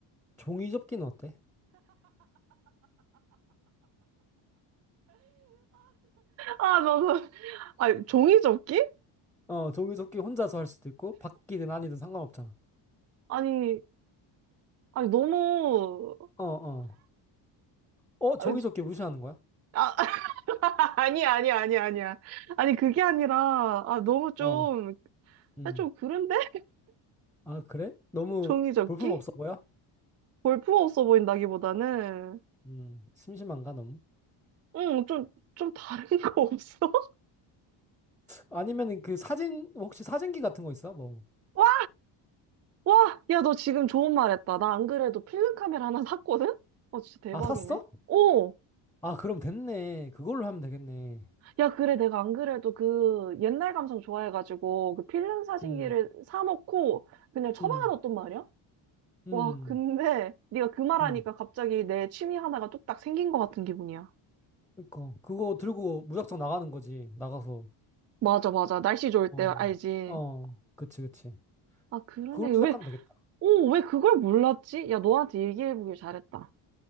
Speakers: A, in the centre; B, on the right.
A: 종이 접기는 어때?
B: 아, 나, 나, 아니, 종이접기?
A: 어, 종이 접기 혼자서 할 수도 있고, 바뀌든 아니든 상관없잖아.
B: 아니, 아니, 너무,
A: 어, 어. 어,
B: 아니,
A: 종이 접기 무시하는 거야?
B: 아, <laughs> 아니야, 아니야, 아니야, 아니야. 아니, 그게 아니라, 아, 너무 좀,
A: 어, 음.
B: 아, 좀 그런데? <laughs>
A: 아, 그래? 너무
B: 종이접기?
A: 볼품 없어 보여?
B: 골프 없어 보인다기보다는,
A: 음, 심심한가, 너무?
B: 응, 좀, 좀 다른 거 없어? <laughs>
A: 아니면은 그 사진 혹시 사진기 같은 거 있어? 뭐.
B: 와, 와! 야, 너 지금 좋은 말 했다. 나 안 그래도 필름 카메라 하나 샀거든? 어, 진짜 대박이네.
A: 아, 샀어?
B: 오!
A: 아, 그럼 됐네. 그걸로 하면 되겠네.
B: 야, 그래. 내가 안 그래도 그 옛날 감성 좋아해가지고 그 필름 사진기를
A: 음.
B: 사놓고 그냥 처방에
A: 음.
B: 뒀단 말이야?
A: 음.
B: 와, 근데 네가 그 말하니까
A: 음.
B: 갑자기 내 취미 하나가 뚝딱 생긴 것 같은 기분이야.
A: 그니까 그거 들고 무작정 나가는 거지. 나가서.
B: 맞아, 맞아. 날씨 좋을
A: 어.
B: 때 알지.
A: 어. 그치, 그치.
B: 아, 그러네.
A: 그걸로
B: 왜,
A: 시작하면 되겠다.
B: 오, 왜 그걸 몰랐지? 야, 너한테 얘기해보길 잘했다.